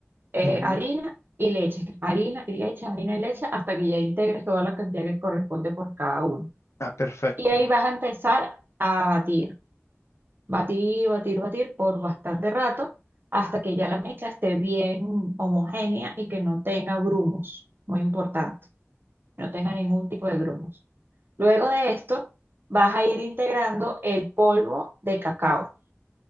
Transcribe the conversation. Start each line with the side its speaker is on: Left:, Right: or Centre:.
Right: eh,
Left: Ujú.
Right: harina y leche, harina y leche, harina y leche, hasta que ya integres toda la cantidad que corresponde por cada uno.
Left: Ah, perfecto.
Right: Y ahí vas a empezar a batir, batir, batir, batir por bastante rato, hasta que ya la mezcla esté bien homogénea y que no tenga grumos, muy importante, no tenga ningún tipo de grumos. Luego de esto, vas a ir integrando el polvo de cacao.